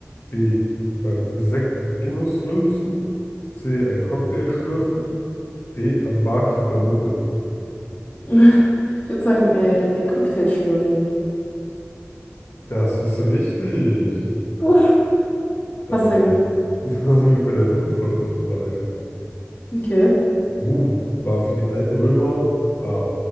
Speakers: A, on the left (about 65°); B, on the left (about 40°).
A: B. Beim Sektgenuss rülpsen. C. Ein Cocktail schlürfen. D. Am Barkeeper nuckeln.
B: Ich würde sagen, äh, ein Cocktail schlürfen.
A: Das ist richtig.
B: Uff,
A: Dann,
B: passt ja Glück.
A: <laughs> dann sind wir bei der 500-Euro-Frage.
B: Okay.
A: Ruhm war für die alten Römer A.